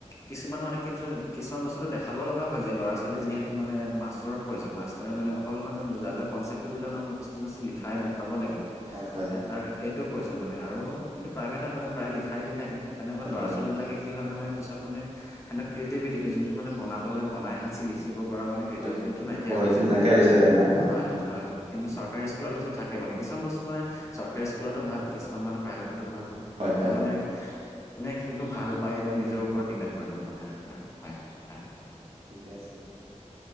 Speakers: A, on the left (about 25°); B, on the right (about 55°).
A: কিছুমান মানে কিচ-কিছুমান বস্তুটো দেখাব লগা হয়, যায় ল'ৰা ছোৱালী
B: হয়
A: যিহেতু মানে মাষ্টৰ প্ৰয়োজন মাষ্টৰে মানে অকল মান বুজালে কনচেপটো দিলে নহ'ব কিছুমান বস্তু লিখাই দেখা ব, লাগিব
B: হয় হয় হয়
A: এই তাৰ এইটো প্ৰয়োজন মানে, আৰু কিন্তু প্ৰাইভেটত মানে প্ৰায় লিখাই দি থাকে। সেইকাৰেই
B: হয়
A: ল'ৰা
B: হয়
A: ছোৱালীবিলাকে কি হয়, মানে পিছত মানে সেহেঁতক ক্ৰিয়েটিভিটিটো যোনটো মানে বনাবলৈ বনাই শিকিব পৰা মানে ক্ৰিয়েটিভিটিটো
B: হয়
A: নাইকিয়া
B: অ
A: হৈ
B: এইটো
A: যায়
B: নাইকিয়া
A: মানে।
B: হৈ যায় আৰু না অ
A: হয়-হয়-হয়
B: সুন্দৰ কথা
A: কিন্তু
B: হয়
A: চৰকাৰী স্কুলত থাকে মানে। কিছুমান বস্তু মানে চৰকাৰী স্কুলতো ভাল, কিছুমান মানে প্ৰাইভেট ত ভাল
B: হয়
A: এতিয়া
B: হয়
A: মানে কোনে কিটো ভাল পায় এতিয়া নিজৰ ওপৰত ডি পেন্ড কৰিব মানে হয়তো হয় হয়।
B: ঠিকে আছে